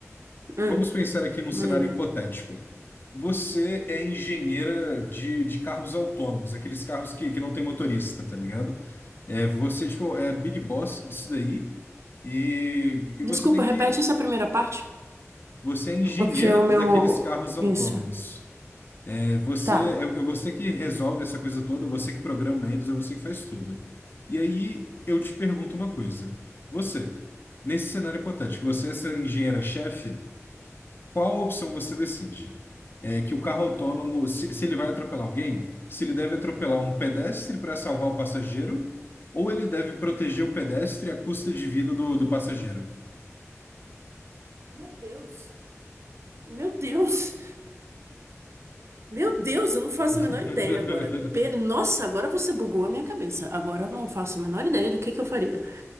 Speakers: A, on the right; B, on the left.
A: Hum,
B: vamos pensar aqui num
A: manda.
B: cenário hipotético. Você é engenheira de, de carros autônomos, aqueles carros que, que não tem motorista, tá ligado? É, você, tipo, é a Big Boss disso daí, e, e
A: Desculpa,
B: você tem que.
A: repete essa primeira parte.
B: Você é engenheira
A: Porque o
B: daqueles
A: meu.
B: carros autônomos.
A: Isso.
B: É você,
A: Tá.
B: é, é você que resolve essa coisa toda, é você que programa eles, é você que faz tudo. E aí eu te pergunto uma coisa. Você, nesse cenário hipotético, você é essa engenheira-chefe qual opção você decide? É que o carro autônomo, se, se ele vai atropelar alguém, se ele deve atropelar um pedestre para salvar o passageiro, ou ele deve proteger o pedestre à custa de vida do, do passageiro?
A: Meu Deus. Meu Deus. Meu Deus, eu não faço
B: <laughs>
A: a menor ideia agora. Pe- Nossa, agora você bugou a minha cabeça. Agora eu não faço a menor ideia do que que eu faria.